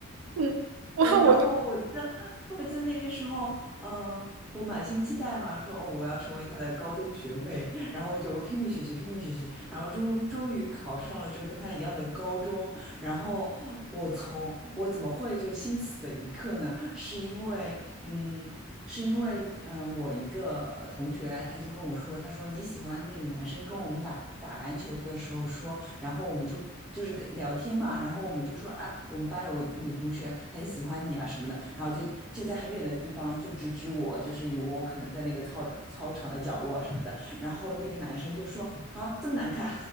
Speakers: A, on the right (about 75°); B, in the centre.
A: 嗯，我我
B: 对然后我记得，我记得那个时候，呃，我满心期待嘛，说哦，我要成为他的高中学妹，<laughs> 然后我就拼命学习，拼命学习，然后终终于考上了就是跟他一样的高中。然后我从我怎么会就是心死的一刻呢？是因为，嗯，是因为，嗯、我一个呃同学他就跟我说，他说你喜欢那个男生跟我们打打篮球的时候说。然后我们就就是跟聊天嘛，然后我们就说，哎，我们班有女同学很喜欢你啊什么的，然后就就在很远的地方就指指我，就是有我可能在那个操操场的角落什么的，然后那个男生就说啊这么难看，